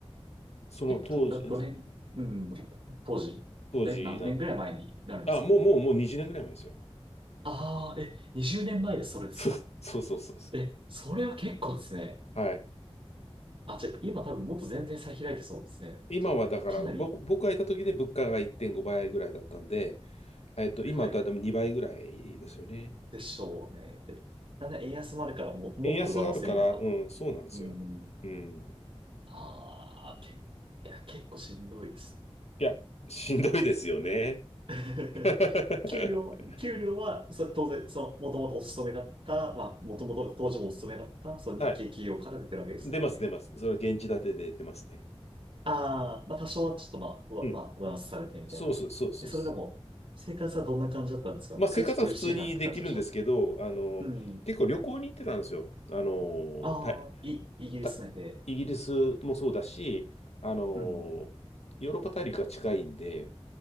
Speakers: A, on the left (about 80°); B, on the right (about 55°).
A: その当時、
B: 結構、どどの辺、
A: うん
B: うん、当時、
A: 当時な、
B: え、何年ぐらい前になるんですか
A: あ、もう、もう、もう20年ぐらい前ですよ。
B: ああー、え、20年前でそれですか
A: <laughs> そう、そうそうそうそ
B: え、それは結構ですね。
A: う。はい。
B: あ、じゃあ、今多分もっと全然差開いてそうですね。
A: 今はだから、
B: と、かなり、
A: 僕、僕がいた時で物価が1.5倍ぐらいだったんで、えっと、
B: はい、
A: 今はだいたい2倍ぐらいですよね。
B: でしょうね。で、だんだん円安もあるからも、もっと上乗せみたいな、
A: 円安があるから、うん、そうなんですよ。
B: うん、
A: うん。
B: ああ、け、いや、結構しんどいです。
A: いや、しんどいですよね。
B: <laughs>
A: <laughs>
B: 給料、給料は、それ当然、その、もともとお勤めだった、まあ、もともと当時もお勤めだった、その日系企業から出てるわけですもんね。
A: はい。出ます、出ます。それは現地建てで出ますね。
B: ああ、まあ、多少はちょっとまあ、うわ、
A: うん。
B: まあ、上乗せされてみたいな。
A: そうそう、そうそうです。
B: え、それでも、生活はどんな感じだったんですかく、
A: まあ、生活は普通にできるんですけど、
B: ちょっと苦しいなって感じでした。う。
A: あの、
B: うん。
A: 結構旅行に行ってたんですよ。あの、
B: ああ、
A: た、
B: い、イギリス内で。
A: た、イギリスもそうだし、あの、
B: うん。
A: ヨーロッパ大陸が近いんで、